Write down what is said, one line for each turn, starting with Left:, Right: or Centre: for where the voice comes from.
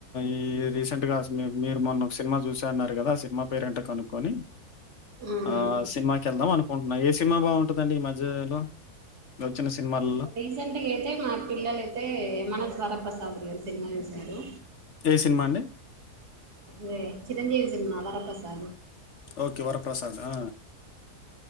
Left: ఈ రీసెంట్ గాస్ మీరు మొన్న ఒక సినిమా చూసా అన్నారు కదా, ఆ సినిమా పేరెంటో కనుక్కొని
Right: మ్మ్.
Left: ఆ స్ చూదాం అనుకుంటున్నా ఏ సినిమా బాగుంటుందండి ఈ మధ్యలో వచ్చిన సినిమాలలో?
Right: రీసెంట్గా అయితే మా పిల్లలయితే మనస్ వర ప్రసదులే సినిమా చూసారు
Left: ఏ సినిమా అండి?
Right: మే చిరంజీవి తిన్నల ప్రసాదు
Left: ఓకే వరప్రసాద్ ఆ